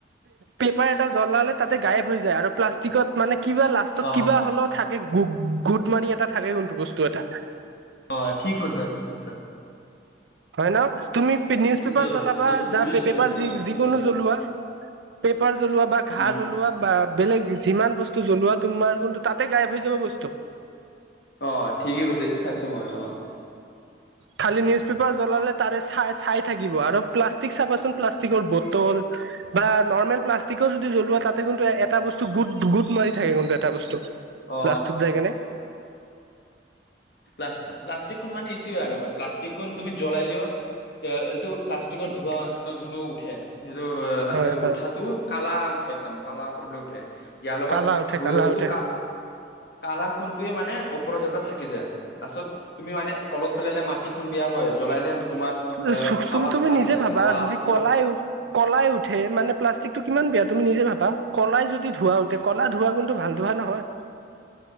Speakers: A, on the right; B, on the left.
A: পেপাৰ এটা জ্বলালে তাতে গায়ব হৈ যায় আৰু প্লাষ্টিকত মানে কিবা
B: অ
A: কিবা হ'লেও থাকে গোট মাৰি এটা থাকে কোনটো বস্তু এটা।
B: অ ঠিক কছে ঠিক কছে।
A: হয় ন তুমি নিউজ
B: এইটো
A: পেপাৰ জ্বলাবা
B: এইটো
A: যা
B: বুজিছো
A: পেপাৰ
B: মইতো
A: যি
B: অ
A: যিকোনো
B: ঠিক কৈছা
A: জ্বলোৱা, পেপাৰ জ্বলোৱা বা ঘাঁ
B: উম
A: জ্বলোৱা বা বেলেগ যিমান বস্তু জ্বলোৱা তোমাৰ কিন্তু তাতে গায়ব হৈ যাব বস্তু।
B: অ ঠিকে কৈছে এইটো চাইছো মই আহ।
A: খালি নিউজ পেপাৰ জ্বলালে তাৰে চাই চাই থাকিব আৰু প্লাষ্টিক চাবাচোন প্লাষ্টিকৰ বটল বা নৰ্মেল প্লাষ্টিকৰ যদি জ্বলোৱা তাতে কিন্তু এটা বস্তু গুট- গুট মাৰি থাকে কিন্তু এটা বস্তু
B: অ
A: লাষ্টত যায় কেনে। <inaudible>
B: প্লাছ-প্লাষ্টিকখন মানে ইটোয়ে আৰু মান প্লাষ্টিকখন তুমি জ্বলালিয় এইটো প্লাষ্টিকৰ ধোৱা যোনটো উঠে সেইটো <unintelligible>
A: হয় হয়
B: উঠাতো কালা উঠে একদম কালা কৰিবলে উঠে। ইয়াৰ লগত
A: কালা উঠে কালা
B: এইটো
A: উঠে
B: কা-কালা খুনটোয়ে মানে পৰা জৰ পৰা থাকি যায়। পাছত তুমি মানে তলত পেলালে মাটি খন বিয়া হয় জ্বলালে
A: <unintelligible>
B: তোমাৰ আহ হাৱাত
A: তুমি
B: লাগি
A: নিজে
B: যায়
A: ভাবা
B: হাৱাটো
A: যদি
B: পুৰা
A: কলাই -কলাই উঠে মানে প্লাষ্টিক টো কিমান বেয়া তুমি নিজে ভাব বা কলাই যদি ধোৱা উঠে কলা ধোৱা কিন্তু ভালটো ভালটো হা নহয়